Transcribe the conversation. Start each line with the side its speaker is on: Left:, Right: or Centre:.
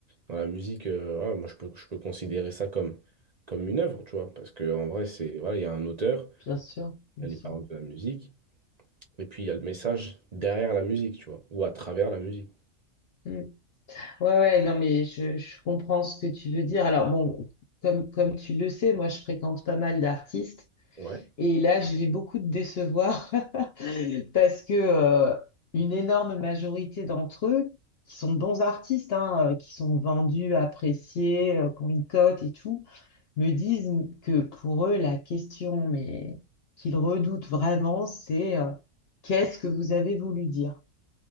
Right: Dans la musique, euh, voilà, moi, je peux, je peux considérer ça comme, comme une œuvre, tu vois? Parce que, en vrai, c'est, voilà, il y a un auteur.
Left: bien sûr, bien
Right: Elle
Left: sûr.
Right: est par exemple de la musique. Et puis, il y a le message derrière la musique, tu vois, ou à travers la musique.
Left: Mm. Ouais, ouais, non, mais je, je comprends ce que tu veux dire. Alors, bon, comme, comme tu le sais, moi, je fréquente pas mal d'artistes
Right: Ouais.
Left: et là, je vais beaucoup te décevoir <laughs> parce que euh, une énorme majorité d'entre eux, qui sont de bons artistes, hein, euh, qui sont vendus, appréciés, euh, qui ont une cote et tout, me disent que pour eux, la question, mais qu'ils redoutent vraiment, c'est euh, qu'est-ce que vous avez voulu dire?